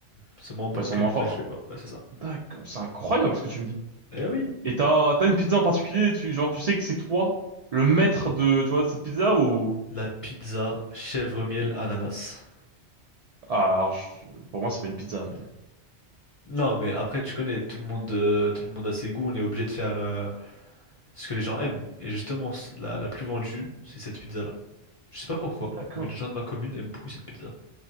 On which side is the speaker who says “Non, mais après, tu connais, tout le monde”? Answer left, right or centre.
Left